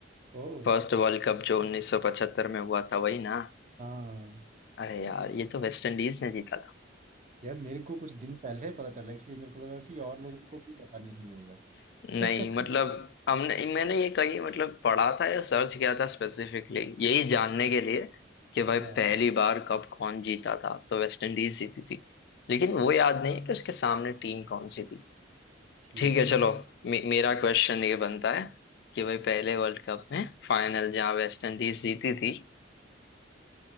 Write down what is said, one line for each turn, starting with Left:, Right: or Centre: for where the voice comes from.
Right: ओह
Left: फर्स्ट वर्ल्ड कप जो 1975 में हुआ था वही ना
Right: हाँ
Left: अरे यार ये तो वेस्ट इंडीज ने जीता था
Right: यार मेरे को कुछ दिन पहले पता चला इसलिए मेरे को लगा कि और लोगों को भी पता नहीं होगा
Left: <laughs>
Right: <laughs>
Left: नहीं मतलब हमने मैंने ये कहीं मतलब पढ़ा था या सर्च किया था स्पेसिफिकली यही जानने के लिए कि भाई
Right: हाँ
Left: पहली बार कब कौन जीता था तो वेस्ट इंडीज जीती थी लेकिन वो याद नहीं कि उसके सामने टीम कौन सी
Right: ठीक
Left: ठीक है चलो
Right: है
Left: मे मेरा क्वेश्चन ये बनता है कि भाई पहले वर्ल्ड कप में फाइनल जहाँ वेस्ट इंडीज जीती थी